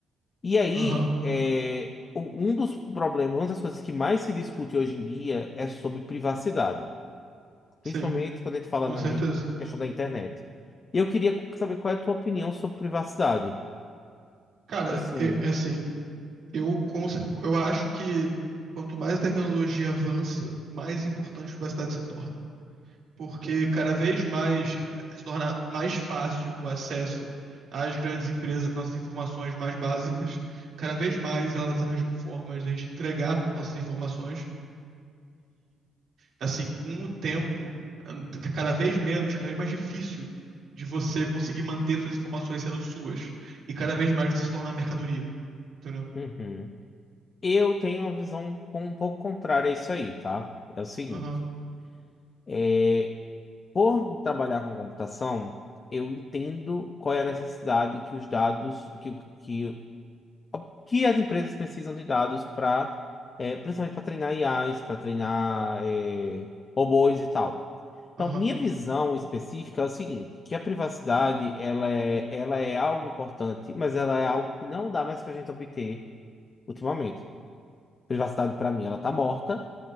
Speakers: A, on the left; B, on the right.
A: E aí,
B: Aham,
A: é, o- um dos problemas, uma das coisas que mais se discute hoje em dia é sobre privacidade. Principalmente
B: sim,
A: quando a gente fala
B: com
A: na
B: certeza.
A: re- questão da internet. E eu queria saber qual é a tua opinião sobre privacidade.
B: Cara,
A: Tipo assim,
B: é, é assim, eu, com cer- eu acho que quanto mais a tecnologia avança, mais importante a privacidade se torna. Porque cada vez mais eh, se torna mais fácil o acesso às grandes empresas, nossas informações mais básicas. Cada vez mais elas arranjam formas de a gente entregar nossas informações. assim, com o tempo, tá cada vez menos, cada vez mais difícil de você conseguir manter suas informações sendo suas. E cada vez mais você se torna uma mercadoria, entendeu?
A: uhum. Eu tenho uma visão com- um pouco contrária a isso aí, tá? É o seguinte,
B: Aham,
A: é, por trabalhar com computação, eu entendo qual é a necessidade que os dados, que, que, que as empresas precisam de dados para, principalmente para treinar IAs, para treinar, é, robôs e tal. Então,
B: aham.
A: minha visão específica é o seguinte, que a privacidade, ela é, ela é algo importante, mas ela é algo que não dá mais pra gente obter ultimamente. Privacidade, pra mim, ela tá morta,